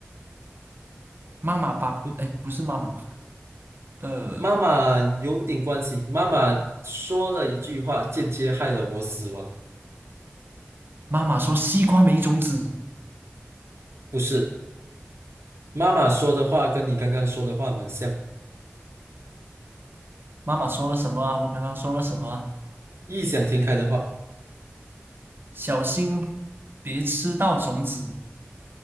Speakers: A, on the right; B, on the right.
A: 妈妈把，
B: 嗯
A: 哎，不是妈妈，呃，
B: 妈妈有点关系，妈妈说了一句话，间接害了我死亡。
A: 妈妈说西瓜没种子。
B: 不是，妈妈说的话跟你刚刚说的话蛮像，
A: 妈妈说了什么啊？我刚刚说了什么啊
B: 异想天开的话。
A: 小心别吃到种子，